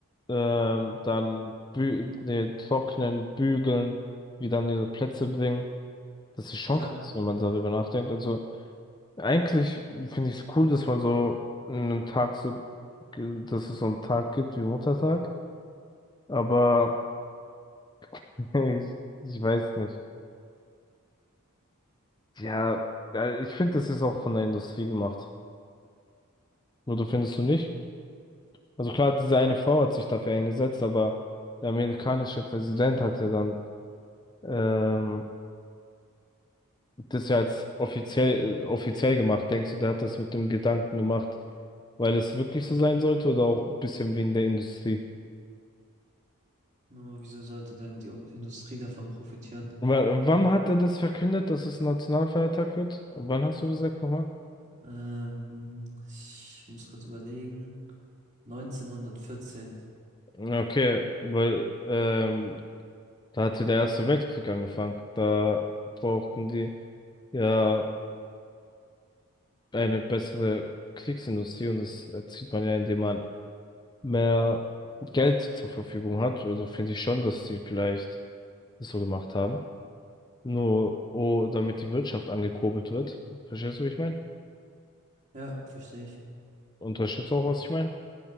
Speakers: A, on the left; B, on the right.
A: ähm, dann bü nee, trocknen, bügeln, wieder an ihre Plätze bringen. Das ist schon
B: ja.
A: krass, wenn man darüber nachdenkt. Also eigentlich finde ich es cool, dass man so einen Tag so, ge- dass es so einen Tag gibt wie Muttertag, aber <laughs> ich, ich weiß nicht. Ja, äh, ich finde, das ist auch von der Industrie gemacht. Oder findest du nicht? Also klar, diese eine Frau hat sich dafür eingesetzt, aber der amerikanische Präsident hat ja dann ähm, das ja als offiziell, äh, offiziell gemacht. Denkst du, der hat das mit dem Gedanken gemacht, weil es wirklich so sein sollte oder auch ein bisschen wegen der Industrie?
B: Nur wieso sollte denn die Un- Industrie davon profitieren?
A: Wa- Wann hat er das verkündet, dass es ein Nationalfeiertag wird? Wann hast du gesagt nochmal?
B: Ähm, ich muss kurz überlegen. 1914.
A: Okay, weil ähm, da hat ja der Erste Weltkrieg angefangen. Da brauchten die ja eine bessere Kriegsindustrie und das erzielt man ja, indem man mehr Geld zur Verfügung hat. Also finde ich schon, dass sie vielleicht das so gemacht haben. Nur, oh, damit die Wirtschaft angekurbelt wird. Verstehst du, wie ich meine?
B: Ja, verstehe ich.
A: Unterstützt auch, was ich meine?